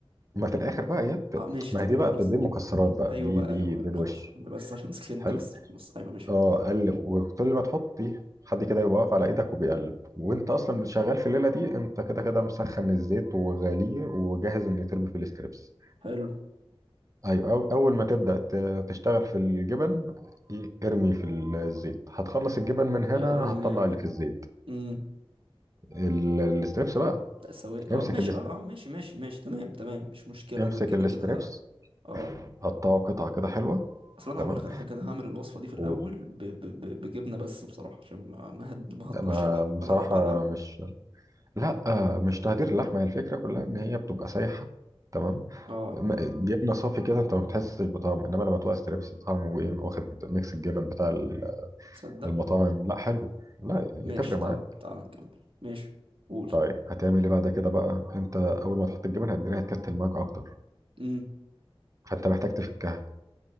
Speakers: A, on the right (about 35°); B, on the right (about 65°).
A: ما في الاخر بقى يا ت-
B: اه ماشي
A: ما
B: تمام
A: هي دي بقى
B: خلاص
A: دي المكسرات بقى
B: ايوه
A: دي
B: بقى
A: دي
B: ايوه بقى
A: ده
B: أيوة،
A: الوش
B: خلاص انا بس عشان سخنت
A: حلو
B: بس بص ايوه ماشي
A: اه قلب وكل ما تحطي حد كده يبقى واقف على ايدك وبيقلب وانت اصلا شغال في الليله دي انت كده كده مسخن الزيت وغاليه وجاهز ان يترمي في الاستريبس
B: حلو
A: ايوه أو اول ما تبدا ت- تشتغل في الجبن إيه، ارمي في الزيت هتخلص الجبن من هنا
B: ارمي
A: هتطلع اللي
B: في
A: في الزيت
B: امم
A: ال- الاستريبس بقى
B: لا سوي اه
A: امسك
B: ماشي
A: الاست...
B: اه اه ماشي ماشي ماشي تمام تمام مش مشكلة
A: امسك
B: ده كده
A: الاستريبس
B: كده اه
A: قطعه قطع كده حلوه
B: اصل انا
A: تمام
B: هقول لك على حاجه انا هعمل الوصفه دي في الاول
A: و...
B: ب... ب... ب... بجبنه بس بصراحه عشان ما ما هد... ما هقدرش
A: ما
B: لحم
A: بصراحه
B: اجربها الاول
A: مش لا آه، مش تهدير اللحمه هي الفكره كلها ان هي بتبقى سايحه تمام
B: اه
A: م- جبنه صافي كده انت ما بتحسش بطعم انما لما تبقى ستريبس طعمه ايه واخد ميكس الجبن بتاع ال-
B: تصدق
A: المطاعم لا حلو لا يتفرق
B: ماشي طب
A: معاك
B: تعال نكمل ماشي قول
A: طيب هتعمل ايه بعد كده بقى انت اول ما تحط الجبن الدنيا هتكتل معاك اكتر
B: امم
A: فانت محتاج تفكها